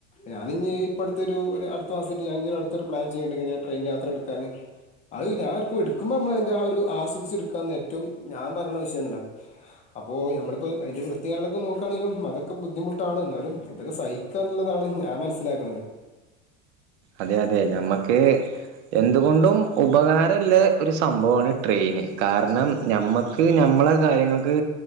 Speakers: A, on the left; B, on the right.
A: ഞാനിഞ്ഞി ഇപ്പടുത്തൊരു ഒര് അടുത്ത മാസാറ്റ് ഞാൻ ഇനി ഒര് അടുത്തൊര് പ്ലാൻ ചെയ്യണ്‌ണ്ട് ഇങ്ങനെ ട്രെയിൻ യാത്ര എടുക്കാന് അത് ഞാ ആർക്കും എടുക്കുമ്പ നമ്മളതിൻ്റെ ആ ഒരു അസ്വ സ്സ് എടുക്കാന്ന് ഏറ്റവും ഞാൻ പറയണ വിഷയംന്നില്ല അപ്പോ ഞമ്മളിപ്പോ അയ്ന്റെ വൃത്തികാര്യങ്ങളൊക്ക നോക്കാണെങ്കിലും അതൊക്ക ബുദ്ധിമുട്ടാണ് എന്നാലും ഇതൊക്കെ സഹിക്കാന്നുള്ളതാണ് ഞാൻ മനസ്സിലാക്കണത്.
B: അതെ അതെ ഞമ്മക്ക് എന്തുകൊണ്ടും ഉപകാരള്ളേ ഒരു സംഭവമാണ് ട്രെയിന് കാരണം ഞമ്മക്ക് ഞമ്മള കാര്യങ്ങൾക്ക്